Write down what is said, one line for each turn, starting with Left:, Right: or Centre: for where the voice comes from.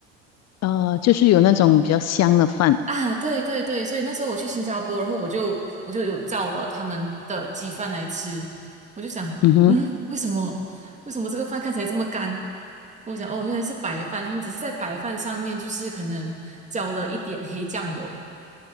Left: 呃，就是有那种比较香的饭，
Right: 啊。对对对，所以那时候我去新加坡，然后我就我就有叫了他们的鸡饭来吃，我就想，
Left: 嗯哼，
Right: 嗯，为什么为什么这个饭看起来这么干？我讲哦，原来是白饭，他们只是在白饭上面就是可能浇了一点黑酱油，